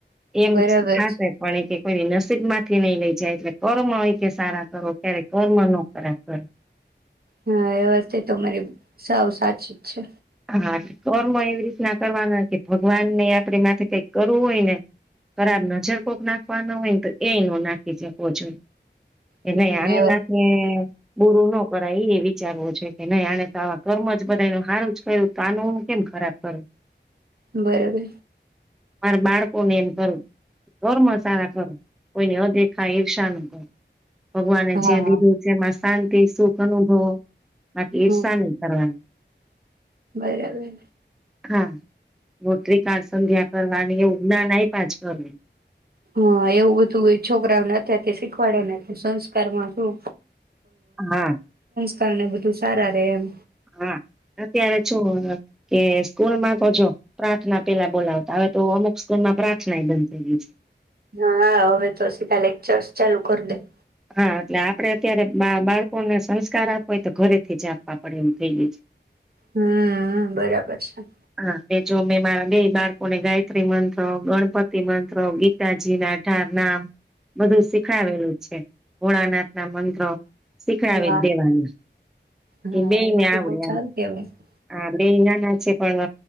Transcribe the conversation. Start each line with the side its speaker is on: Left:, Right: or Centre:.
Centre: એમ
Right: બરાબર
Centre: થાશે
Right: છે
Centre: પણ એ કોઈ નસ સીબ મા થીની જાય એટલે કર્મ એ કેય કે સારા કરો, કયારે કર્મ નો કરાબ કરો.
Right: હા એ વાતતે તો મારી સાવ સાચી જ છે.
Centre: હા કર્મ એવી રીતના કરવાના કે ભગવાન ને આપણી માથે કઈક કરવું હોય ને ખરાબ નજર કોક નાખવાનો હોય ને તો એ ન નાખી શકવો જોઈએ એટલે
Right: હમ
Centre: આની
Right: એ વાત
Centre: નાથી બુરું ન કરાય એ એ વિચારવું જોઈએ કે નહી આ તો આવા કર્મ જ બધા એ ન હારું પેલું તાનું કેમ ખરાબ કરું
Right: બરોબર
Centre: મારા બાળકોને એમ કરું કર્મ સારા કરું કોઈની અદેખા ઈર્ષા ન કર ભગવાને
Right: હા
Centre: છે, દીધું છે. શાંતિ સુખ અનુભવ ના ઈર્ષા
Right: હમ
Centre: ની કરવાની
Right: બરાબર
Centre: હા રોટરી કાર સંધ્યા કરવાની એ ઉ ના નાઈ પાછર
Right: હા એવું બધું એ છોકરાઓને અત્યારથી શીખવાડે સંસ્કારમાં શું
Centre: હા
Right: કારણે બધું સારા ર એમ
Centre: હા અત્યારે છું, કે સ્કૂલમાં તો જો પ્રાર્થના પેલા બોલાવતા હવે તો અમુક સ્કૂલ માં પ્રાર્થનાય બંધ થઈ ગઈ છે.
Right: હા હવે તો સીધા લેક્ચરસ ચાલુ કરી દે
Centre: હા એટલે આપડે અત્યારે બા બાળકોને સંસ્કાર આપવા હોય તો ઘરેથી જ આપવા પડે એવું થઈ ગય છે.
Right: હમ બરાબર છે.
Centre: હા એ જો મેં મારા બે બાળકોને ગાયત્રી મંત્ર ગણપતિ મંત્ર ગીતાજી ના અઢાર નામ બધું શીખાવેલું છે, ભોળાનાથ ના મંત્ર શીખડાવી
Right: વાહ
Centre: દેવાનું
Right: હા
Centre: એ બેઈ ને
Right: બધું
Centre: આવડે
Right: બઉ સારું કેવાય
Centre: હા બે નાના છે, પણ